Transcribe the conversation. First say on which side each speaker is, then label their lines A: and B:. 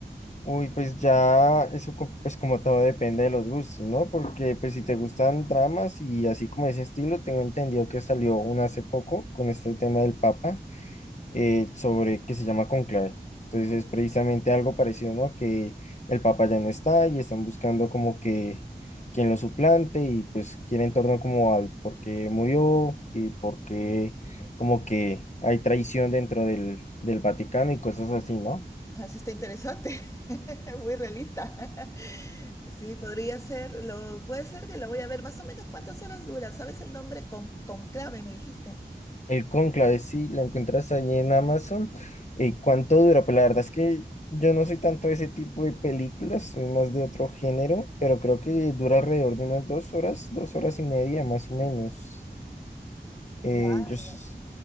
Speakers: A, on the left; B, on the left.
A: Uy, pues ya eso co- pues como todo depende de los gustos, ¿no? Porque pues si te gustan dramas y así como ese estilo, tengo entendido que salió una hace poco con este tema del Papa. eh, sobre que se llama Conclave. Entonces es precisamente algo parecido, ¿no? Que el Papa ya no está y están buscando como que quien lo suplante y pues gira en torno como al por qué murió y por qué como que hay traición dentro del, del Vaticano y cosas así, ¿no?
B: Ah, eso está interesante, <laughs> muy realista. <laughs> Sí, podría ser, lo, puede ser que lo voy a ver. Más o menos cuántas horas dura, ¿sabes el nombre? Con, Conclave, me dijiste.
A: El Cónclave, sí, la encuentras allí en Amazon. ¿Y cuánto dura? Pues la verdad es que yo no soy tanto de ese tipo de películas, soy más de otro género, pero creo que dura alrededor de unas dos horas, dos horas y media más o menos. Eh,
B: Ya,
A: yo s-
B: lo,